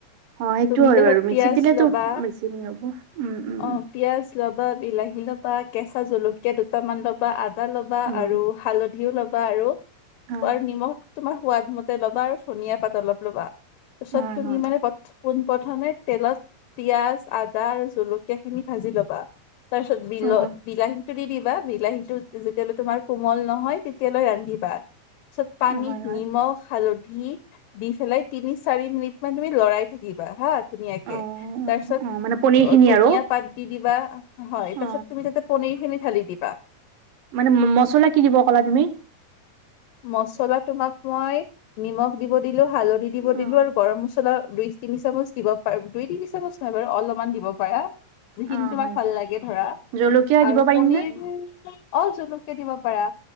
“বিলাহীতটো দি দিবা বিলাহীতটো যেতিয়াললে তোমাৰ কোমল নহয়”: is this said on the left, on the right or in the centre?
Left